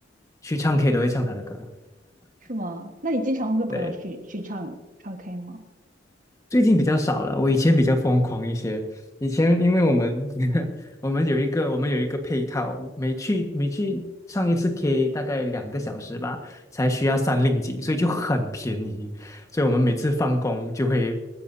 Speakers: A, on the left (about 15°); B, on the right (about 45°).
A: 去唱 K 都会唱他的歌。
B: 是吗？那你经常会跟朋友去去唱唱
A: 对，
B: K 吗？
A: 最近比较少了，我以前比较疯狂一些。以前因为我们 <laughs> 我们有一个我们有一个配套，每去每去上一次 K 大概两个小时吧，才需要三令几，所以就很便宜。所以我们每次放工就会